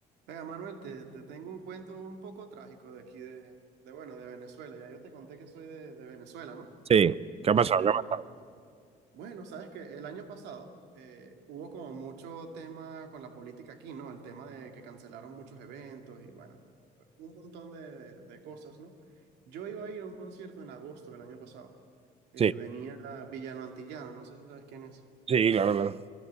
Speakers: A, on the right (about 85°); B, on the right (about 35°).
A: Venga, Manuel, te, te tengo un cuento un poco trágico de aquí de, de, bueno, de Venezuela. Ya yo te conté que soy de, de Venezuela, ¿no?
B: Sí, ¿qué
A: Este,
B: ha pasado? ¿Qué ha pasado?
A: bueno, sabes que el año pasado eh, hubo como mucho tema con la política aquí, ¿no? El tema de que cancelaron muchos eventos y bueno, un montón de, de- de cosas, ¿no? Yo iba a ir a un concierto en agosto del año pasado. Eh,
B: Sí,
A: venía Villano Antillano, no sé si sabes quién es.
B: sí, claro, claro.